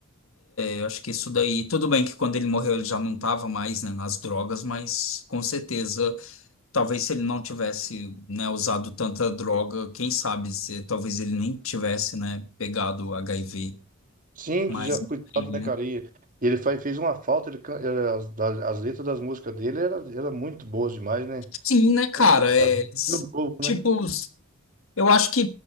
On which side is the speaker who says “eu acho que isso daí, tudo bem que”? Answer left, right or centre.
Left